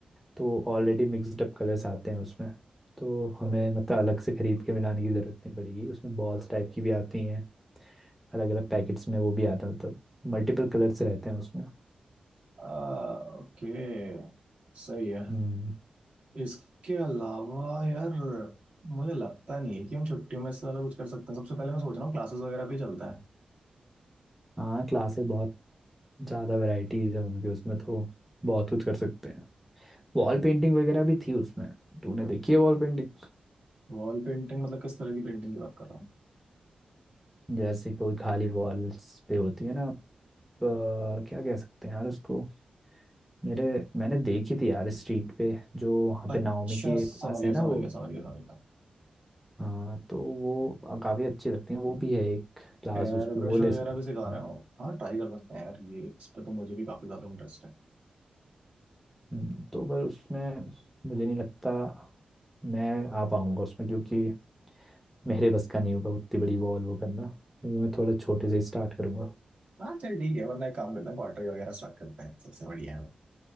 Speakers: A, in the centre; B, on the right (about 50°).
A: तो ऑलरेडी मिक्सड अप कलर्स आते हैं उसमें तो हमें मतलब अलग से खरीद के मिलाने की ज़रूरत नहीं पड़ेगी उसमें बॉल्स टाइप की भी आती हैं अलग अलग पैकेट्स में वो भी आते हैं मतलब मल्टीपल कलर्स रहते हैं उसमें
B: ओके सही है
A: हम्म
B: इसके अलावा यार मुझे लगता नहीं है कि हम छुट्टियों में इससे ज्यादा कुछ कर सकते हैं सबसे पहले मैं सोच रहा हूँ क्लासेस वगैरह पे ही चलता है
A: हाँ क्लासेस बहुत ज़्यादा वैरायटीज है उनके उसमें तो बहुत कुछ कर सकते हैं वॉल पेंटिंग वगैरह भी थी उसमें तूने देखी है वॉल पेंटिंग
B: वॉल पेंटिंग मतलब किस तरह की पेंटिंग की बात कर रहा हूँ
A: जैसे कोई खाली वॉल्स पे होती है ना आप अ, क्या कह सकते हैं यार उसको मेरे मैंने देखी थी यार स्ट्रीट पे जो वहाँ
B: अच्छा
A: पे नाओमी की एक
B: समझ
A: क्लास
B: गया
A: है ना
B: समझ
A: वो
B: गया समझ गया समझ गया
A: हाँ तो वो अ, काफी अच्छी लगती है वो भी है एक क्लास
B: एयर
A: उसमें
B: ब्रश
A: वो ले
B: वगैरह
A: सकते
B: भी सिखा
A: हैं
B: रहे हो हाँ ट्राई कर सकते हैं यार ये इस पे तो मुझे भी काफी ज्यादा इंटरेस्ट है
A: हम्म, तो पर उसमें मुझे नहीं लगता मैं आ पाऊंगा उसमें क्योंकि मेरे बस का नहीं होगा उतनी बड़ी वॉल वो करना क्योंकि मैं थोड़ा छोटे से ही स्टार्ट करूंगा
B: हाँ चल ठीक है वरना एक काम करते हैं पॉटरी वगैरह स्टार्ट करते हैं सबसे बढ़िया है